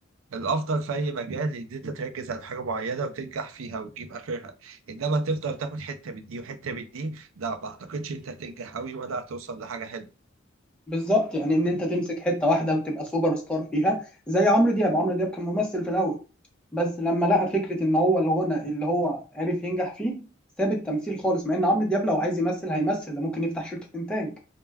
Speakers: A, on the right; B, in the centre.
A: الأفضل في أي مجال إن أنت تركز على حاجة معينة وتنجح فيها وتجيب آخرها إنما تفضل تاخد حتة من دي وحتة من دي لا ما أعتقدش أنت هتنجح أوي ولا هتوصل لحاجة حلوة
B: بالظبط يعني ان انت تمسك حته واحده وتبقى سوبر ستار فيها زي عمرو دياب عمرو دياب كان ممثل في الاول بس لما لقى فكره ان هو الغنى اللي هو عرف ينجح فيه ساب التمثيل خالص مع ان عمرو دياب لو عايز يمثل هيمثل ده ممكن يفتح شركه انتاج